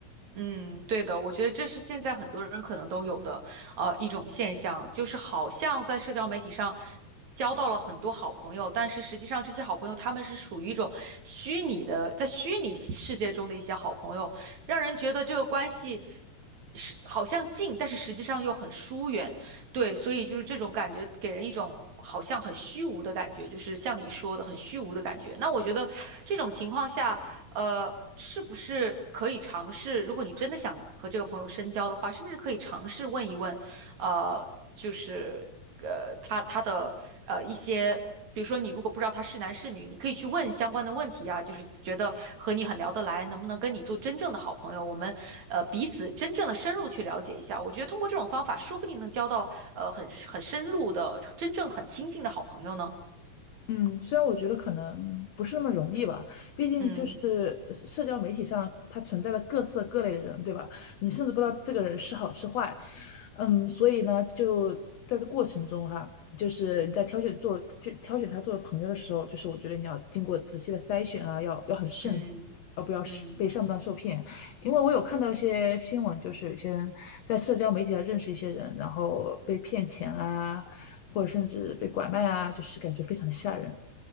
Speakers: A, on the right (about 50°); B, on the left (about 80°).
A: 嗯，对的，我觉得这是现在很多人可能都有的，呃，一种现象，就是好像在社交媒体上交到了很多好朋友，但是实际上这些好朋友他们是属于一种虚拟的，在虚拟世界中的一些好朋友，让人觉得这个关系是好像近，但是实际上又很疏远。对，所以就是这种感觉，给人一种好像很虚无的感觉，就是像你说的很虚无的感觉。那我觉得这种情况下。呃，是不是可以尝试？如果你真的想和这个朋友深交的话，是不是可以尝试问一问？呃，就是呃，他他的呃一些，比如说你如果不知道他是男是女，你可以去问相关的问题啊，就是觉得和你很聊得来，能不能跟你做真正的好朋友？我们呃彼此真正的深入去了解一下。我觉得通过这种方法，说不定能交到呃很很深入的、真正很亲近的好朋友呢。
B: 嗯，虽然我觉得可能不是那么容易吧，毕竟就是
A: 嗯
B: 呃社交媒体上它存在的各色各类的人，对吧？你甚至不知道这个人是好是坏，嗯，所以呢，就在这过程中哈，就是你在挑选做就挑选他作为朋友的时候，就是我觉得你要经过仔细的筛选啊，要要很慎重，
A: 嗯嗯。
B: 要不要是被上当受骗？因为我有看到一些新闻，就是有些人在社交媒体上认识一些人，然后被骗钱啊，或者甚至被拐卖啊，就是感觉非常的吓人。